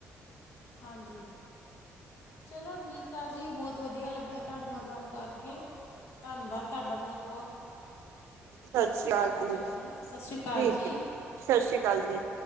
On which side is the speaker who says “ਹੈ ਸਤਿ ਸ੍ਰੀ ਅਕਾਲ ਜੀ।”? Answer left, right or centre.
Right